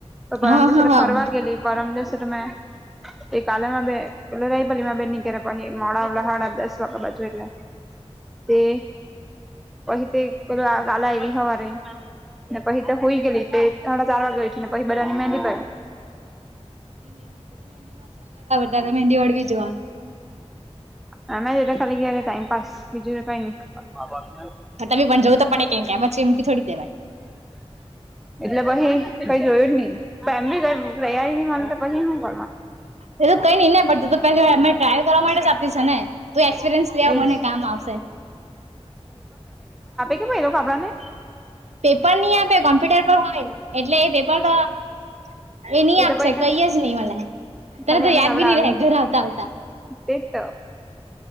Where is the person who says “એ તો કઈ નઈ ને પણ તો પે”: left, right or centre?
Right